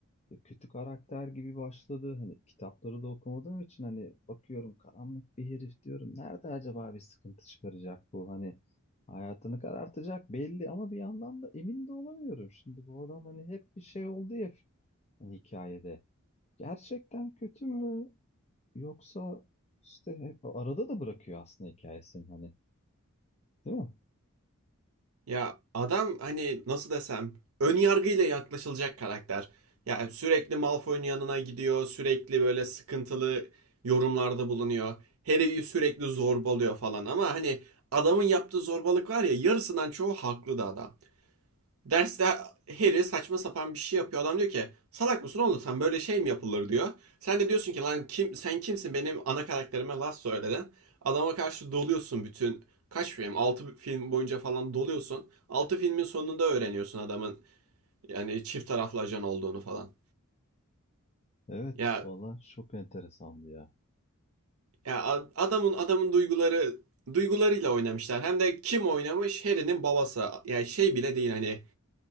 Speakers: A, on the left; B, on the right.
A: E, Kötü karakter gibi başladı. Hani kitapları da okumadığım için hani bakıyorum karanlık bir herif diyorum. Nerede acaba bir sıkıntı çıkaracak bu? Hani hayatını karartacak belli ama bir yandan da emin de olamıyorum. Şimdi bu adam hani hep bir şey oldu ya hani hikayede. Gerçekten kötü mü? Yoksa işte hep arada da bırakıyor aslında hikayesini hani. Değil mi?
B: Ya adam hani nasıl desem ön yargıyla yaklaşılacak karakter. Yani sürekli Malfoy'un yanına gidiyor, sürekli böyle sıkıntılı yorumlarda bulunuyor. Harry'i sürekli zorbalıyor falan ama hani adamın yaptığı zorbalık var ya yarısından çoğu haklı da adam. Derste Harry saçma sapan bir şey yapıyor. Adam diyor ki salak mısın oğlum sen böyle şey mi yapılır diyor. Sen de diyorsun ki lan kim sen kimsin benim ana karakterime laf söyledin. Adama karşı doluyorsun bütün kaç film 6 film boyunca falan doluyorsun. altı filmin sonunda öğreniyorsun adamın yani çift taraflı ajan olduğunu falan.
A: Evet,
B: Ya
A: valla çok enteresandı ya.
B: ya adamın adamın duyguları duygularıyla oynamışlar. Hem de kim oynamış? Harry'nin babası. Yani şey bile değil hani